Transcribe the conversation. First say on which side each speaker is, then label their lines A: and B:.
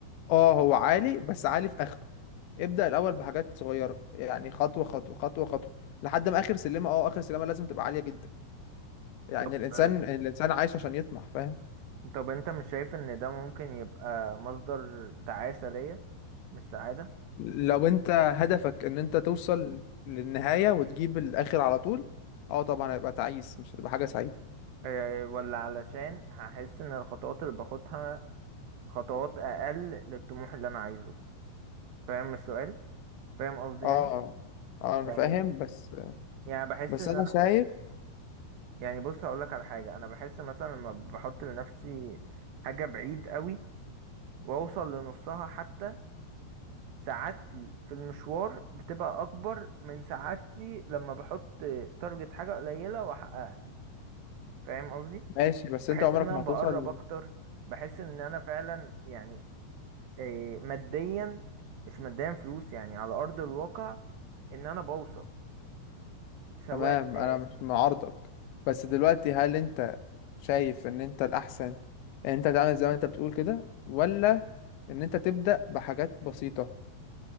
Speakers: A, on the left (about 85°); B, on the right (about 65°).
A: اه هو عالي بس عالي في اخره ابدأ الاول بحاجات صغيرة يعني خطوة خطوة خطوة خطوة لحد ما اخر سلمة اه اخر سلمة لازم تبقى عالية جدا يعني
B: طب
A: الانسان الانسان عايش عشان يطمح فاهم
B: طب انت مش شايف ان ده ممكن يبقى مصدر تعاسة ليا مش سعادة
A: لو انت هدفك ان انت توصل للنهاية وتجيب الاخر على طول اه طبعا هيبقى تعيس مش هتبقى حاجة سعيدة
B: إيه، ولا علشان هحس ان الخطوات اللي باخدها خطوات اقل للطموح اللي انا عايزه فاهم السؤال فاهم قصدي
A: اه
B: يعني
A: اه انا
B: يعني
A: فاهم بس
B: يعني بحس
A: بس
B: ان
A: انا
B: انا
A: شايف
B: يعني بص هقولك على حاجة انا بحس مثلا لما بحط لنفسي حاجة بعيد قوي واوصل لنصها حتى سعادتي في المشوار بتبقى اكبر من سعادتي لما بحط تارجت حاجة قليلة واحققها فاهم قصدي
A: ماشي بس
B: بحس
A: انت عمرك
B: ان انا
A: ما هتوصل
B: بقرب اكتر بحس ان انا فعلا يعني إيه، ماديا مش ماديا فلوس يعني على ارض الواقع ان انا بوصل سواء
A: تمام
B: آه،
A: انا مش معارضك بس دلوقتي هل انت شايف ان انت الاحسن ان انت تعمل زي ما انت بتقول كده ولا ان انت تبدأ بحاجات بسيطة